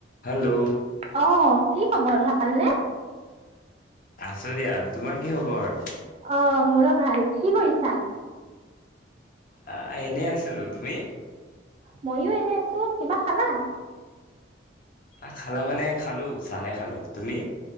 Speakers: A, on the left; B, on the right.
A: Hello
B: অ', কি খবৰ ভালনে?
A: আছো দিয়া তোমাৰ কি খবৰ।
B: অ', মোৰো ভাল কি কৰিছা?
A: অ 'এনেই আছিলো তুমি
B: মইো এনে আছো কিবা খালা
A: ত খালা মানে খালো চাহে খালো তুমি?